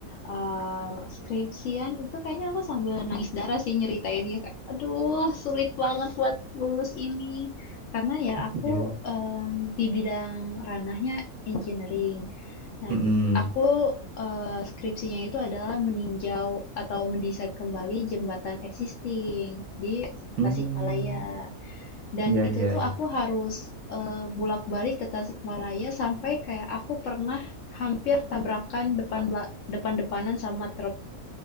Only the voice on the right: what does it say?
Iya.
iya.
Mm-mm.
Hmm,
Iya,
iya,
iya.